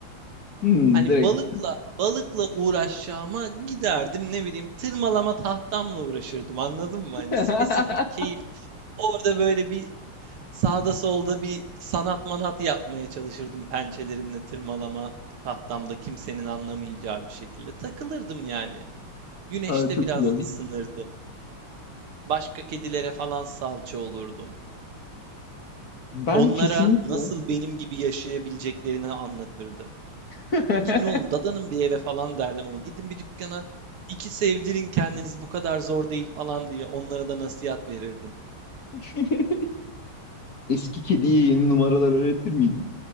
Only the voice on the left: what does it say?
Hmm,
direkt.
<laughs>
Aa, çok
güzel.
Ben
kesinlikle
<laughs>
<laughs> Eski kediye yeni numaralar öğretir miydin?